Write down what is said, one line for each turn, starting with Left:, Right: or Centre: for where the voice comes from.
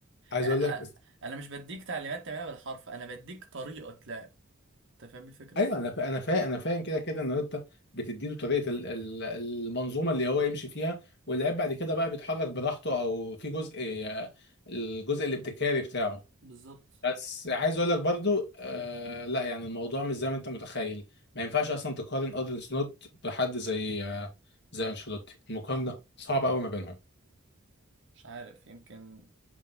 Left: عايز
Right: أ- أ-
Left: اقول لك
Right: انا مش بديك تعليمات تعملها بالحرف انا بديك طريقة لعب انت فاهم الفكرة
Left: ايوه انا فا... انا فا... انا فاهم كده كده ان انت بتديله طريقه ال... ال- المنظومه اللي هو يمشي فيها واللاعب بعد كده بقى بيتحرك براحته او في جزء آه، الجزء الابتكاري بتاعه
Right: بالظبط
Left: بس عايز اقول لك برضو آه لا يعني الموضوع مش زي ما انت متخيل ما ينفعش اصلا تقارن ادري سنوت بحد زي آه زي انشيلوتي المقارنه صعبه قوي ما بينهم
Right: مش عارف يمكن